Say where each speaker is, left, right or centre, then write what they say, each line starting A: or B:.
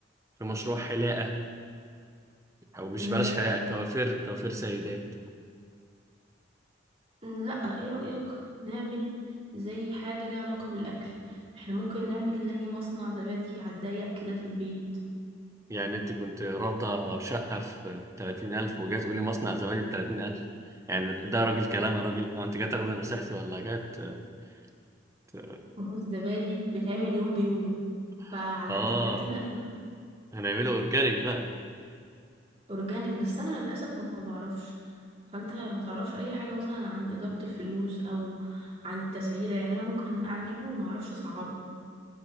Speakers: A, on the right; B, on the right.
A: في مشروع حلاقة؟ او مش
B: م،
A: بلاش
B: لا
A: حلاقه كوافير كوافير سيدات
B: م، لا ايه رايك نعمل زي حاجه ليها علاقه بالاكل احنا ممكن نعمل زي مصنع زبادي على الضيق كده في البيت
A: يعني انت كنت رافضه شقه في 30000 وجاي تقولي مصنع زبادي ب 30000 يعني ده راجل كلام يا راجل هو انت جاي تاخدي نصيحتي ولا جاي ت... ت-
B: ما هو الزبادي بيتعمل يوم بيومه فعلى
A: <laughs> اه
B: قد ال 30 الف
A: هنعمله اورجانيك بقى
B: اورجانيك بس انا للاسف ما بعرفش فانت ما تعرفش اي حاجه مثلا عن اداره الفلوس او عن التسعيره يعني انا ممكن اعمله وما اعرفش اسعره